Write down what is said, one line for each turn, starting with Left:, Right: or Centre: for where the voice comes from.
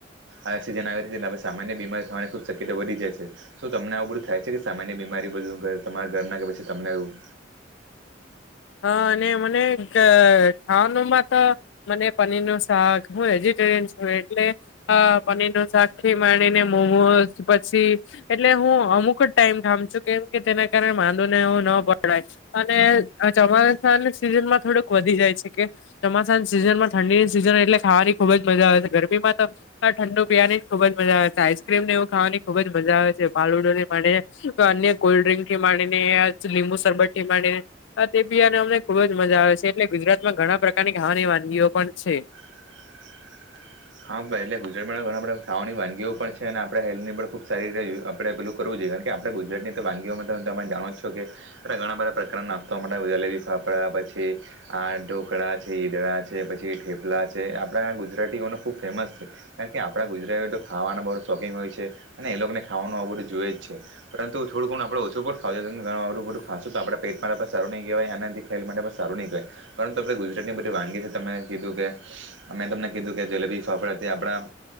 Right: આ સિજન આવી છે કે સામાન્ય બીમારી થવાની ખુબ શક્યતા વધી જાય છે શું તમને આવું બધું થાય છે કે સામાન્ય બી બીમારી બધું તમારા ઘર ના કે પછી તમને એવું
Left: હા અને મને કે ખાવાનુંમાં તો મને પનીર નું શાક હોય જે એટલે પનીર નું શાક થી માડીને મોમોશ પછી એટલે હું અમુક જ ટાઈમ ખામ છું કેમ કે તેના કારણે માંદુ ને એવુ ન પડાય અને આ ચોમાસાની સીઝન માં થોડુંક વધી જાય છે કે ચોમાસાની સિઝન માં ઠંડી ની સિઝન એટલે ખાવાની ખુબ જ મજા આવે છે ગરમીમાં તો ઠંડુ પીવાની જ ખુબ જ મજા આવે છે. આઈસક્રીમને એવું ખાવાની ખુબ જ મજા આવે છે. ફાલુદા થી માંડી ને અન્ય કોલ્ડ્રિંકથી માંડી ને લીંબુ સરબત થી માંડીને હા તે બી અને અમને ખુબ જ મજા આવે છે એટલે ગુજરાતમાં ઘણા પ્રકારની ખાવાની વાનગીઓ પણ છે.
Right: <inaudible> હા ભાઈ એટલે ગુજરાતમાં ઘણા બધા ખાવાની વાનગીઓ પણ છે અને આપણે હેલ્થની પણ ખૂબ સારી રીતે આપડે પેલું કરવું જોઈએ. કારણ કે આપડે ગુજરાતની તો વાનગીઓમાં તમે જાણો જ છો કે ઘણા બધા પ્રકારના નાસ્તો મલે. જલેબી, ફાફડા અ પછી આ ઢોકળા છે, ઈદડા છે પછી ઠેપલા છે આપડા ગુજરાતીઓનો ખૂબ ફેમસ છે. કારણ કે આપણાં ગુજરાતીઓ તો ખાવાના બહુ શોખીન હોય છે અને એ લોકોને ખાવાનું આવુ બધું જોએ જ છે. પરંત થોડું ઘણું આપણે ઓછું પણ ખાવુ જોઈએ. કારણ કે <unintelligible> આ બધું ખાશું તો આપણે પેટમાં પણ સારું નહી રેવાય. એનર્જી માટે સારું નઈ કેવાય. પરંતુ આપણે ગુજરાતની બધી વાનગી છે. તમે કીધું કે અમે તમને કીધું કે જલેબી ફાફડા તે આપણા